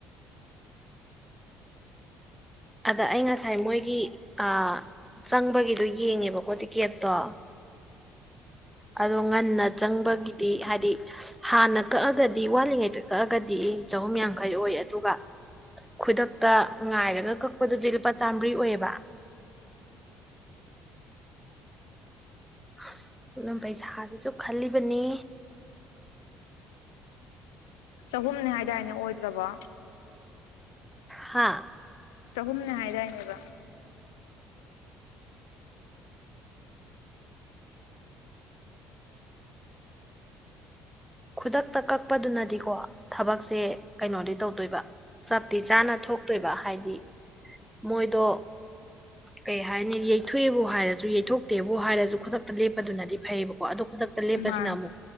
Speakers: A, in the centre; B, on the left.
A: ꯑꯗ ꯑꯩ ꯉꯁꯥꯏ ꯃꯣꯏꯒꯤ ꯑ ꯆꯪꯕꯒꯤꯗꯣ ꯌꯦꯡꯉꯦꯕꯀꯣ ꯀꯦꯞꯇꯣ ꯑꯗꯣ ꯉꯟꯅ ꯆꯪꯕꯒꯤꯗꯤ ꯍꯥꯏꯗꯤ ꯍꯥꯟꯅ ꯀꯛꯑꯒꯗꯤ ꯋꯥꯠꯂꯤꯉꯩꯗ ꯀꯒꯗꯤ ꯆꯍꯨꯝ ꯌꯥꯡꯈꯩ ꯑꯣꯏ ꯑꯗꯨꯒ ꯈꯨꯗꯛꯇ ꯉꯥꯏꯔꯒꯛ ꯂꯄꯗꯨꯗꯤ ꯂꯨꯄꯥ ꯆꯥꯝꯃꯔꯤ ꯑꯣꯏꯌꯦꯕ ꯑꯁꯅ ꯄꯩꯁꯥꯗꯨꯁꯨ ꯈꯜꯂꯤꯕꯅꯤ
B: ꯆꯍꯨꯝꯅꯦ ꯍꯥꯏꯗꯥꯏꯅꯦ ꯑꯣꯏꯗ꯭ꯔꯕ
A: ꯍꯥꯥ
B: ꯆꯍꯨꯝꯅꯦ ꯍꯥꯏꯗꯥꯏꯅꯦꯕ
A: ꯈꯨꯗꯛꯇ ꯀꯛꯄꯗꯨꯅꯗꯤꯀꯣ ꯊꯕꯛꯁꯦ ꯀꯩꯅꯣꯗꯤ ꯇꯧꯗꯣꯏꯕ ꯆꯞꯇꯤ ꯆꯥꯅ ꯊꯣꯛꯇꯣꯏꯕ ꯍꯥꯏꯗꯤ ꯃꯣꯏꯗꯣ ꯀꯩ ꯍꯥꯏꯅꯤ ꯌꯩꯊꯣꯛꯑꯦꯕꯨ ꯍꯥꯏꯔꯁꯨ ꯌꯩꯊꯣꯛꯇꯦꯕꯨ ꯍꯥꯏꯔꯁꯨ ꯈꯨꯗꯛꯇ ꯂꯦꯞꯄꯗꯨꯅꯗꯤ ꯐꯩꯌꯦꯕꯀꯣ ꯑꯗꯣ ꯈꯨꯗ ꯁꯂꯕꯁꯅꯥꯃꯣ
B: ꯃꯥꯅꯦ